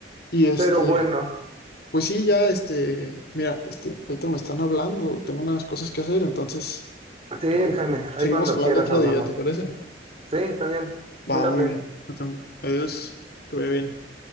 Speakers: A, on the left; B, on the right.
A: Y este,
B: pero bueno.
A: pues sí, ya, este, mira, este, ahorita me están hablando, tengo unas cosas que hacer, entonces
B: Sí,
A: yo creo
B: Jaime,
A: que
B: ahí
A: seguimos
B: cuando
A: hablando
B: quieras
A: otro
B: hablamos.
A: día, ¿te parece?
B: Sí, está bien. Cuídate.
A: Va, muy bien. Adiós, que vaya bien.